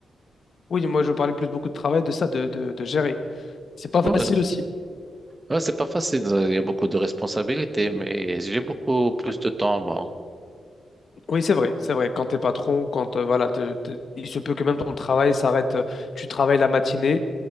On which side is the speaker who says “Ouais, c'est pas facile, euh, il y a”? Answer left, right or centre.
Right